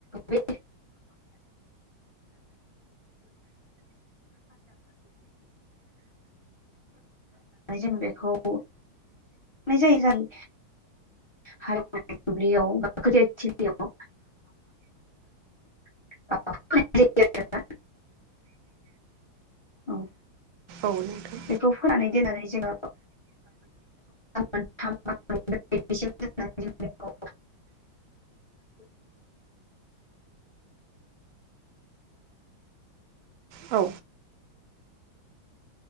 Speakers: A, on the left; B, on the right.
A: जों जों बेखौनाय जायो जाय हा दुब्लियाव बा खोथियाथिलियाव <unintelligible> औ
B: औ नोंथां
A: बेखौ फोनानै दोननानै जोङो मोनथाम <unintelligible> बेखौ
B: औ